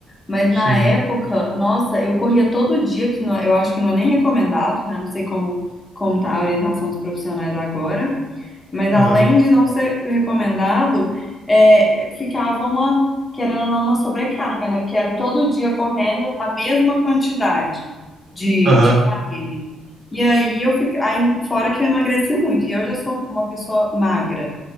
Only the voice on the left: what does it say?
Mas
na época, nossa, eu corria todo dia, que não- é, eu acho que não é nem recomendado, né? Não sei como, como tá a orientação dos profissionais agora. Mas além
de não ser recomendado, é, ficava uma, querendo ou não, uma sobrecarga, né? Porque era todo dia correndo a mesma quantidade de,
de km. E aí eu fiquei, aí, fora que eu emagreci muito, e hoje eu sou uma pessoa magra.